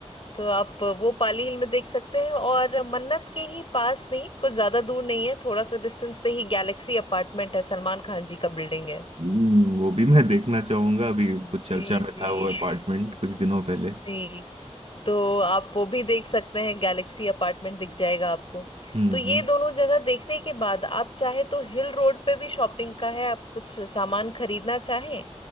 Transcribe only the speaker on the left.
तो आप वो पाली हिल में देख सकते हैं और मन्नत के ही पास में ही कुछ ज्यादा दूर नहीं है थोड़ा सा डिस्टेंस पे ही गैलेक्सी अपार्टमेंट है सलमान खान जी का बिल्डिंग है
जी
जी
<laughs>
जी तो आप वो भी देख सकते हैं गैलेक्सी अपार्टमेंट दिख जाएगा आपको
तो ये
दोनों जगह देखने के बाद आप चाहे तो हिल रोड पे भी शॉपिंग का है आप कुछ सामान खरीदना चाहें